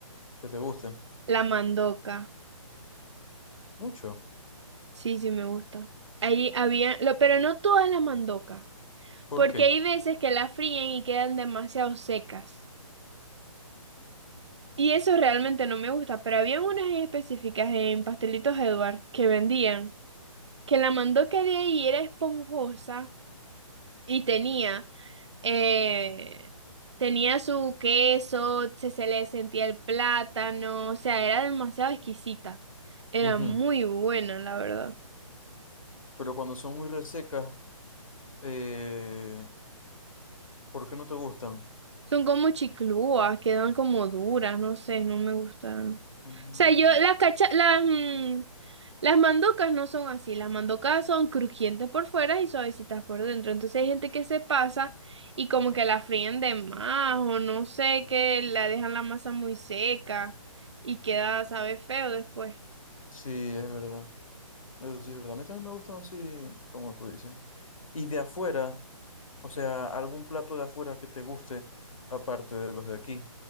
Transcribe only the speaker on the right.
La mandoca.
Sí, sí me gusta. Ahí había, lo, pero no todas las mandocas,
porque
hay veces que la fríen y quedan demasiado secas. Y eso realmente no me gusta, pero había unas en específicas en Pastelitos Edward que vendían, que la mandoca de ahí era esponjosa y tenía, eh, tenía su queso, se, se le sentía el plátano, o sea, era demasiado exquisita. Era
muy
buena, la verdad.
Son como chiclúas, quedan como duras, no sé, no me gustan. O
sea, yo las cacha, las, mm, las mandocas no son así, las mandocas son crujientes por fuera y suavecitas por dentro. Entonces hay gente que se pasa y como que la fríen de más o no sé, que la dejan la masa muy seca y queda, sabe, feo después.